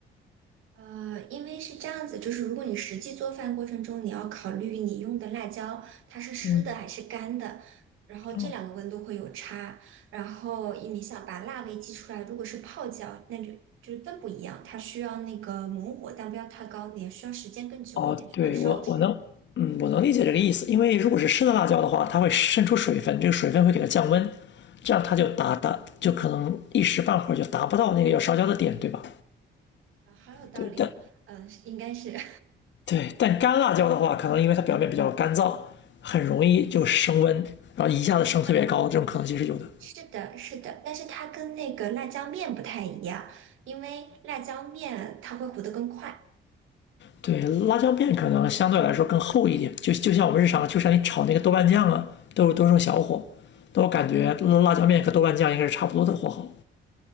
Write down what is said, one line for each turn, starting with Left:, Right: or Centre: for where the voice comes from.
Right: 呃，因为是这样子，就是如果你实际做饭过程中，你要考虑你用的辣椒它是湿的还是干的，
Left: 嗯
Right: 然后这两个温度会有差。
Left: 嗯，
Right: 然后你想把辣味激出来，如果是泡椒，那就就是更不一样，它需要那个猛火，但不要太高，你也需要时间更久一点去把它烧出来。
Left: 哦，对我我能，嗯，我能理解这个意思，因为如果是生的辣椒的话，它会渗出水分，这个水分会给它降温，这样它就达达就可能一时半会儿就达不到那个要烧焦的点，对吧？
Right: 啊，好有道理哦，
Left: 对，但
Right: 嗯、应该是 <laughs> 它
Left: 对，但干辣椒的话，可能因为它表面比较干燥，很容易就升温，
Right: 跟
Left: 然后一下子升特别高，
Right: 它跟
Left: 这种可能性是有的。
Right: 是的，是的，但是它跟那个辣椒面不太一样，因为辣椒面它会糊的更快。
Left: 对，辣椒面可能相对来说更厚一点，就就像我们日常，就像你炒那个豆瓣酱啊，都是都是用小火，但我感觉辣椒面和豆瓣酱应该是差不多的火候，